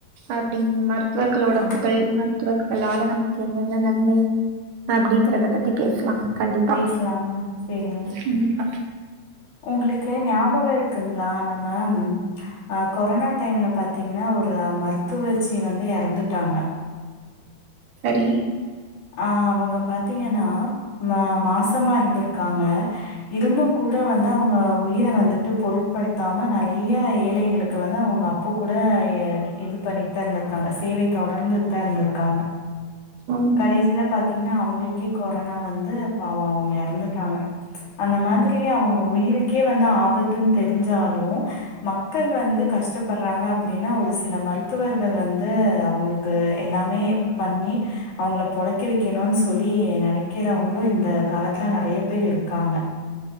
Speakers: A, on the right; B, on the left.
A: அப்டிங்கமர் மருத்துவர்களோட
B: ஆ
A: புகழ் மருத்துவர்களால நமக்கு என்னென்ன நன்மை அப்டிங்கறத பத்தி பேசலா கண்டிப்பா
B: பேசலாங்க சேரிங்க
A: கண்டிப்பா
B: உங்களுக்கு ஞாபகம் இருக்குங்களா நம்ம ஆ கொரோனா டைம்ல பாத்தீங்கன்னா ஒரு மருத்துவச்சி வந்து எறந்துட்டாங்க
A: சரி
B: ஆ அவுங்க பாத்தீங்கன்னா மா மாசமா இருந்திருக்காங்க இருந்தும் கூட வந்து அவங்க உயிர வந்துட்டு பொருட்படுத்தாம நெறைய ஏழைகளுக்கு வந்து அவுங்க அப்ப கூட இது பண்ணிட்டு தா இருந்திருக்காங்க சேவை தொடர்ந்து தா இருந்திருக்காங்க
A: ம்
B: கடைசில பார்த் த்தீங்கன்னா அவங்களுக்கே கொரோனா வந்து பாவும் அவுங்க எறந்துட்டாங்க அந்த மாதிரியே அவுங்க உயிருக்கே வந்து ஆபத்துன்னு தெரிஞ்சாலு மக்கள் வந்து கஷ்டப்படுறாங்க அப்டின்னா ஒரு சில மருத்துவர்கள் வந்து அவுங்களுக்கு எல்லாமே பண்ணி அவங்கள பொழைக்கவெக்கணும்ன்னு சொல்லி நினைக்கிறவங்களும் இந்த காலத்துல நெறைய பேர் இருக்காங்க